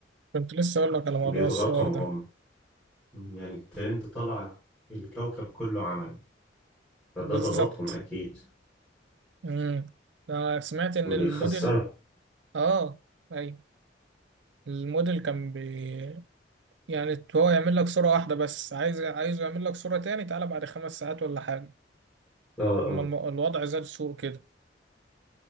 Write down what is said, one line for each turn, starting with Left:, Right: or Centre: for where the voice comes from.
Right: كنت لسه أقول لك على موضوع
Centre: بيضغطهم
Right: الصور ده
Centre: هم يعني الترند طلع الكوكب كله عمل فده
Right: بالظبط
Centre: ضغطهم أكيد
Right: أمم. أنا سمعت إن
Centre: بيخسرهم
Right: الموديل آه أي الموديل كان بي يعني هو يعمل لك صورة واحدة بس عايز عايزه يعمل لك صورة تاني تعالى بعد خمس ساعات ولا حاجة
Centre: اه
Right: لما
Centre: اه
Right: الم... الوضع زاد سوء كده